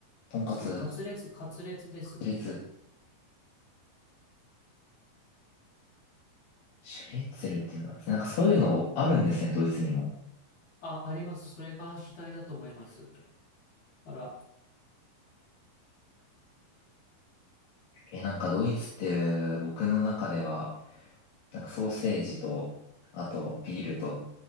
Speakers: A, on the left; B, on the left.
A: とんかつ、
B: そう、カツレツ、
A: シ
B: カツレツです。
A: レツ、シュレッツェルっていうんでなんかそういうのあるんですね、ドイツにも。
B: あ、あります。それが主体だと思います。あら、
A: え、なんかドイツって僕の中では、なんかソーセージと、あとビールと、